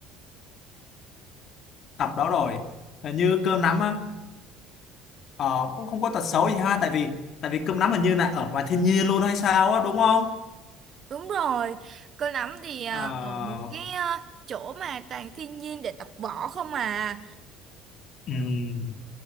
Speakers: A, on the left; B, on the right.
A: Tập đó rồi. Là Như cơm nắm á Ờ, cũng không có tật xấu gì ha tại vì tại vì cơm nắm hình như là ở ngoài thiên nhiên luôn hay sao á đúng không
B: đúng rồi cơm nắm thì ờ,
A: Ờ,
B: ở một cái ờ, chỗ mà toàn thiên nhiên để tập võ không à
A: ừm,